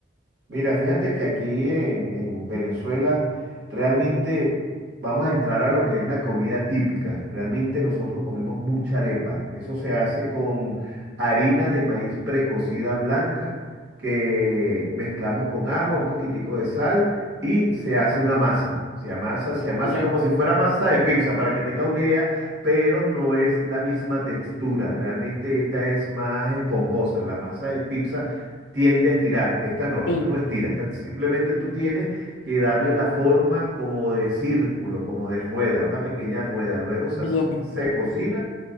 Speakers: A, on the right; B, on the left.
A: Mira, fíjate que aquí en, en Venezuela realmente vamos a entrar a lo que es la comida típica. Realmente nosotros comemos mucha arepa. Eso se hace con harina de maíz precocida blanca que mezclamos con agua, un poquitico de sal y se hace una masa. Se amasa, se amasa
B: Bien,
A: como si fuera masa de pizza, para que tengas una idea, pero no es la misma textura. Realmente esta es más esponjosa. La masa de pizza tiende a estirar. Esta no,
B: sí,
A: esta no estira. Esta simplemente tú tienes que darle la forma como de círculo, como de rueda, una pequeña rueda. Luego se,
B: bien,
A: hace- se cocina